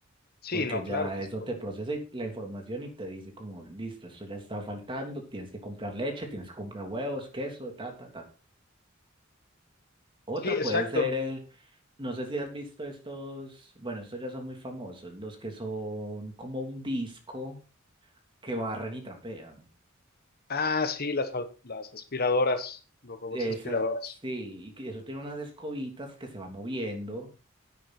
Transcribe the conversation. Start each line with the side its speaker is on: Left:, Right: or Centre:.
Left: Sí,
Right: porque
Left: no,
Right: ya
Left: claro que
Right: eso
Left: es un robot.
Right: te procesa y- la información y te dice como, listo, esto ya está faltando, tienes que comprar leche, tienes que comprar huevos, queso, ta, ta, ta. Otro
Left: Sí, exacto.
Right: puede ser, eh, no sé si has visto estos, bueno, estos ya son muy famosos, los que son como un disco que barren y trapean.
Left: Ah, sí, las, au- las aspiradoras, los robots
Right: Esas,
Left: aspiradoras.
Right: sí, y que eso tiene unas escobitas que se va moviendo